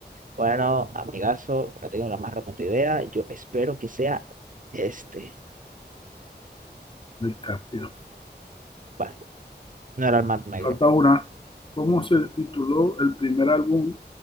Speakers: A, on the right; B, on the left.
A: Bueno, amigazo, no tengo la más remota idea. Yo espero que sea este.
B: el cambio.
A: Bueno, no era el Mar Negro.
B: Falta una. ¿Cómo se tituló el primer álbum?